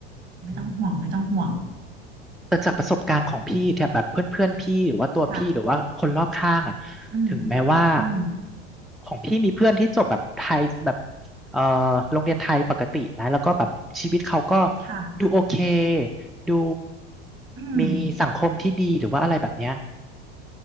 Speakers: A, on the right; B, in the centre.
A: ไม่ต้องห่วงไม่ต้องห่วง
B: อืม แต่จากประสบการณ์ของพี่แถบแบบเพื่อนๆพอนพี่หรือว่าตัวพี่หรือว่าคนรอบข้างอ่ะ
A: ค่ะอืม
B: ถึงแม้ว่า
A: อืม
B: ของพี่มีเพื่อนที่จบแบบไทยแบบเอ่อโรงเรียนไทยปกตินะแล้วก็แบบชีวิตเขาก็
A: ค่ะ
B: ดูโอเคดู
A: อืม
B: มีสังคมที่ดีหรือว่าอะไรแบบเนี้ย